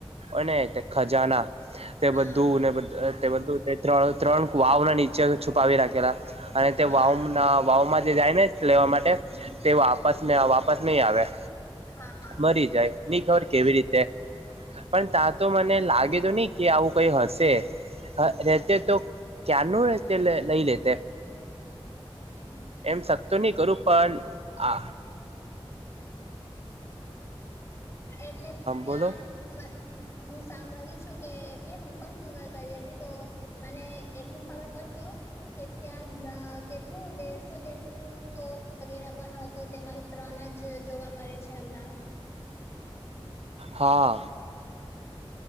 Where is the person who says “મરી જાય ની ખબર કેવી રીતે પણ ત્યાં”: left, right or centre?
Right